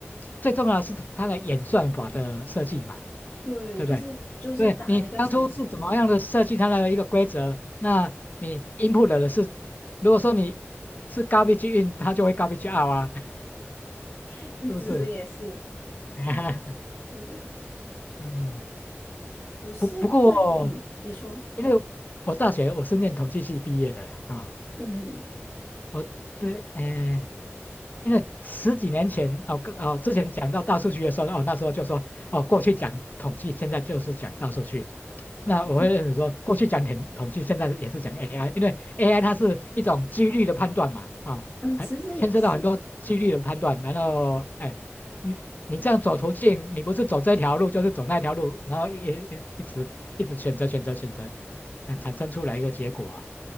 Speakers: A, on the left; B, on the left.
A: 最重要的是它的演算法的设计嘛，
B: 对，
A: 对不对？
B: 就是就是打那个城市的人，
A: 对你当初是怎么样的设计它的一个规则？那你 input 的是，如果说你是 garbage in，它就会 garbage out 啊，
B: <laughs>
A: <laughs>
B: 你其实也是，
A: 是不是？<laughs>
B: 对对对，
A: 嗯，
B: 我是会，
A: 不不过，
B: 嗯，你说，
A: 因为我大学我是念统计系毕业的啦，啊、
B: 嗯，
A: 我对，哎、因为十几年前哦，跟哦之前讲到大数据的时候，哦那时候就说哦过去讲统计，现在就是讲大数据。那我会认为说，
B: 哦，<laughs>
A: 过去讲统统计，现在也是讲 AI，因为 AI 它是一种几率的判断嘛，啊、
B: 呃，其实也是，
A: 还牵涉到很多几率的判断。然后，哎，你你这样走途径，你不是走这条路，就是走那条路，然后一一一直一直选择选择选择，嗯，产生出来一个结果啊，